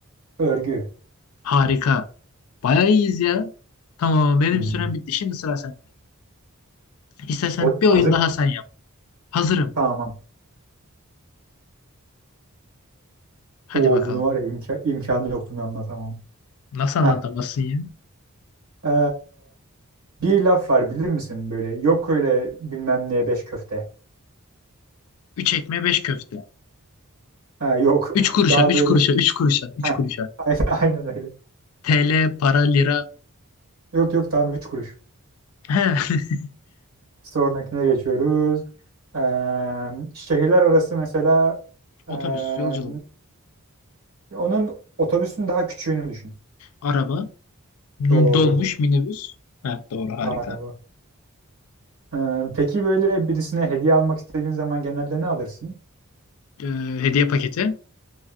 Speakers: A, on the right; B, on the left.
A: Örgü.
B: Harika. Bayağı iyiyiz ya. Tamam benim
A: Hmm.
B: sürem bitti. Şimdi sıra sende. İstersen
A: Or
B: bir
A: hazır
B: oyun daha
A: mı?
B: sen yap. Hazırım.
A: Tamam.
B: Hadi
A: Oo,
B: bakalım.
A: bunu var ya imka- imkanı yok bunu anlatamam.
B: Nasıl
A: Heh.
B: anlatamazsın ya?
A: Ee, bir laf var bilir misin böyle? Yok öyle bilmem neye beş köfte.
B: Üç ekmeğe 5 köfte.
A: Ha, yok.
B: 3
A: <laughs>
B: kuruşa,
A: Daha
B: üç
A: böyle.
B: kuruşa, 3 kuruşa, 3
A: Heh.
B: kuruşa.
A: <laughs> Aynen, aynen öyle.
B: TL, para, lira.
A: Yok yok tam 3 kuruş.
B: He.
A: Sonrakine geçiyoruz. Ee, şehirler arası mesela
B: <laughs> Otobüs,
A: ee,
B: yolculuk,
A: onun otobüsün daha küçüğünü düşün.
B: araba, m-
A: Doğru.
B: dolmuş, minibüs. Ha, doğru
A: Araba.
B: harika.
A: Ee, peki böyle birisine hediye almak istediğin zaman genelde ne alırsın?
B: Ee, hediye paketi.